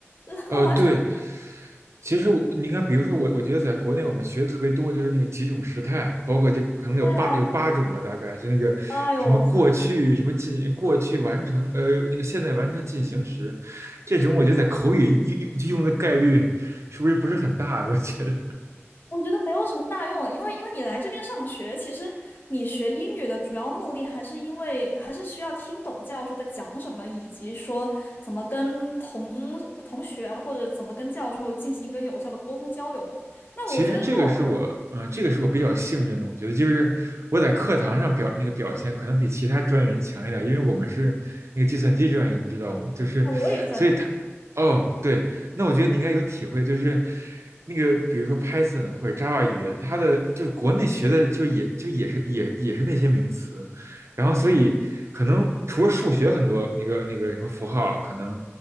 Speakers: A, on the left; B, on the right.
A: 就是他们完全，
B: 呃，对，其实我你看，比如说我，我觉得在国内我们学的特别多，就是那个几种时态，包括这个可能有八有八种吧，
A: 对啊，
B: 大概就那个什么过去什么进过去完成呃那个现在完成进行时，
A: 哎呦我操！
B: 这种我觉得在口语用用用的概率是不是不是很大呀？我觉得，
A: 我觉得没有什么大用啊，因为因为你来这边上学，其实你学英语的主要目的还是因为还是需要听懂教授在讲什么，以及说怎么跟同同学啊或者怎么跟教授进行一个有效的沟通交流嘛。那我觉得这种，
B: 其实这个是我，呃，这个是我比较幸运的。我觉得就是我在课堂上表那个表现，可能比其他专业人强一点，因为我们是那个计算机专业，你知道吗？就是，
A: 哎，我也计算机，
B: 所以他，哦，对，那我觉得你应该有体会，就是那个比如说 Python 或者 Java 语言，它的就是国内学的就也就也是也也是那些名词，然后所以可能除了数学很多那个那个什么符号可能